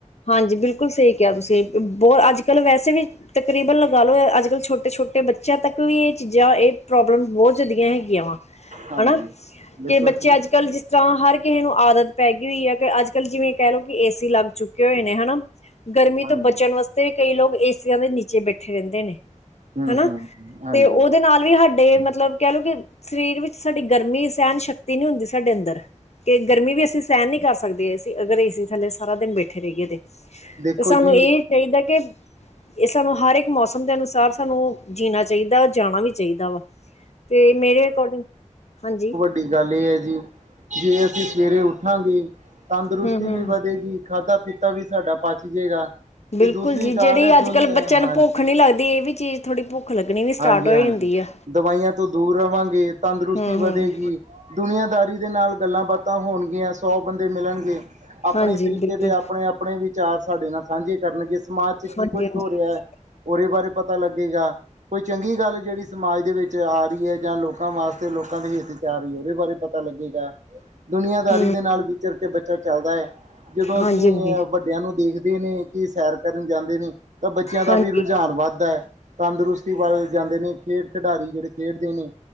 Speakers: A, on the left (about 60°); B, on the right (about 70°).
A: ਹਾਂਜੀ ਬਿਲਕੁਲ ਸਹੀ ਕਿਹਾ ਤੁਸੀਂ ਬਹੁਤ ਅੱਜ ਕੱਲ ਵੈਸੇ ਵੀ ਤਕਰੀਬਨ ਲਗਾ ਲਓ ਅੱਜ ਕੱਲ੍ਹ ਛੋਟੇ ਛੋਟੇ ਬੱਚਿਆਂ ਤੱਕ ਵੀ ਇਹ ਚੀਜ਼ਾਂ ਇਹ ਪ੍ਰੋਬਲਮ ਬਹੁਤ ਜ਼ਿਆਦੀਆ ਹੈਗੀਆਂ ਵਾ
B: ਹਾਂਜੀ
A: ਹਨਾ
B: ਬਿਲਕੁਲ
A: ਤੇ ਬੱਚੇ
B: ਜੀ
A: ਅੱਜ ਕ ਅੱਜ ਕੱਲ ਜਿਸ ਤਰ੍ਹਾਂ ਹਰ ਕਿਸੇ ਨੂੰ ਆਦਤ ਪੈ ਗਈ ਹੋਈ ਹੈ ਕਿ ਅੱਜ ਕੱਲ੍ਹ ਜਿਵੇਂ ਕਹਿ ਲਓ ਕਿ ਏ ਸੀ ਲੱਗ ਚੁੱਕੇ ਹੋਏ ਨੇ ਹਨਾ ਗਰਮੀ
B: ਹਾਂਜੀ
A: ਤੋਂ ਬਚਣ ਵਾਸਤੇ ਵੀ ਕਈ ਲੋਕ ਏਸੀਆਂ ਦੇ ਨੀਚੇ ਬੈਠੇ ਰਹਿੰਦੇ ਨੇ
B: ਹੂੰ
A: ਹਨਾ
B: ਹੂੰ ਹਾਂਜੀ
A: ਤੇ ਉਹਦੇ ਨਾਲ ਵੀ ਸਾਡੇ ਸਾਡੇ ਮਤਲਬ ਕਹਿ ਲਓ ਕਿ ਸਰੀਰ ਵਿੱਚ ਸਾਡੀ ਗਰਮੀ ਸਹਿਣ ਸ਼ਕਤੀ ਨਹੀਂੀ ਹੁੰਦੀ ਸਾਡੇ ਅੰਦਰ ਤੇ ਗਰਮੀ ਵੀ ਅਸੀਂ ਸਹਿਣ ਨਹੀਂੀ ਕਰ ਸਕਦੇ ਅਸੀ ਅਗਰ ਸੀ ਥੱਲੇ ਸਾਰਾ ਦਿਨ ਬੈਠੇ ਰਹੀਏ ਤੇ
B: ਦੇਖੋ
A: ਤੇ ਸਾਨੂੰ
B: ਜੀ
A: ਇਹ ਚਾਹੀਦਾ ਕਿ ਇਹ ਸਾਨੂੰ ਹਰ ਇੱਕ ਮੌਸਮ ਦੇ ਅਨੁਸਾਰ ਸਾਨੂੰ ਜੀਣਾ ਚਾਹੀਦਾ ਵ ਜਾਣਾ ਵੀ ਚਾਹੀਦਾ ਵਾ ਤੇ ਮੇਰੇ ਅਕੋਰਡਿੰਗ ਹਾਂਜੀ
B: ਬੀ ਗੱਲ ਇਹ ਹੈ ਜੀ ਜੇ ਅਸੀਂ ਸਵੇਰੇ ਉੱਠਾਂਗੇ ਤੰਦਰੁਸਤੀ
A: ਹੂੰ ਹੂੰ
B: ਵੀ ਵਧੇਗੀ, ਖਾਧਾ ਪੀਤਾ ਵੀ ਸਾਡਾ ਬਚ ਜੇਗਾ।
A: ਬਿਲਕੁਲ
B: ਤੇ ਦੂਸਰੀ
A: ਜੀ, ਜਿਹੜੀ
B: ਗੱਲ
A: ਅੱਜ-ਕੱਲ੍ਹ
B: ਦੁਨੀਆਂ
A: ਬੱਚਿਆਂ
B: ਹਾਂਜੀ
A: ਨੂੰ ਭੁੱਖ ਨਹੀਂ ਲੱਗਦੀ, ਇਹ ਵੀ ਚੀਜ਼ ਥੋੜ੍ਹੀ ਭੁੱਖ ਲੱਗਣੀ ਵੀ ਸਟਾਰਟ
B: ਹਾਂਜੀ-ਹਾਂਜੀ,
A: ਹੋ ਜਾਂਦੀ ਆ
B: ਦਵਾਈਆਂ ਤੋਂ ਦੂਰ ਰਵਾਂਗੇ। ਤੰਦਰੁਸਤੀ
A: ਹੂੰ ਹੂੰ
B: ਵਧੇਗੀ, ਦੁਨੀਆਂਦਾਰੀ ਦੇ ਨਾਲ ਗੱਲਾਂ ਬਾਤਾਂ ਹੋਣਗੀਆਂ, ਸੌ ਬੰਦੇ ਮਿਲਣਗੇ। ਆਪਣੇ
A: ਹਾਂਜੀ
B: ਤਰੀਕੇ
A: ਬਿਲਕੁਲ
B: ਦੇ ਆਪਣੇ-ਆਪਣੇ ਵਿਚਾਰ ਸਾਡੇ ਨਾਲ ਸਾਂਝੇ ਕਰਨਗੇ, ਸਮਾਜ ਚ ਕੀ
A: ਹਾਂਜੀ
B: ਕੁਛ
A: ਹਾਂਜੀ
B: ਹੋ ਰਿਹਾ ਹੈ। ਉਹਦੇ ਬਾਰੇ ਪਤਾ ਲੱਗੇਗਾ, ਕੋਈ ਚੰਗੀ ਗੱਲ ਗੱਲ ਜਿਹੜੀ ਸਮਾਜ ਦੇ ਵਿੱਚ ਆ ਰਹੀ ਹੈ, ਜਾਂ ਲੋਕਾਂ ਵਾਸਤੇ ਲੋਕਾਂ ਦੇ ਹਿੱਤ ਚ ਆ ਰਹੀ ਹੈ, ਉਹਦੇ ਬਾਰੇ ਪਤਾ ਲੱਗੇਗਾ। ਦੁਨੀਆਂਦਾਰੀ
A: ਹੂੰ
B: ਦੇ ਨਾਲ ਵਿਚਰ ਕੇ ਬੱਚਾ ਚੱਲਦਾ ਹੈ, ਜਦੋਂ
A: ਹਾਂਜੀ
B: ਅਸੀਂ
A: ਹਾਂਜੀ
B: ਵੱਡੇ ਡ ਨੂੰ ਦੇਖਦੇ ਨੇ, ਕਿ ਸੈਰ ਕਰਨ ਜਾਂਦੇ ਨੇ ਤਾਂ ਬੱਚਿਆਂ ਦਾ
A: ਹਾਂਜੀ
B: ਵੀ ਰੁਝਾਨ ਵੱਧਦਾ ਹੈ, ਤੰਦਰੁਸਤ ਵੱਲ ਜਾਂਦੇ ਨੇ ਖੇਡ ਖਿਡਾਰੀ ਜਿਹੜੇ ਖੇਡਦੇ ਨੇ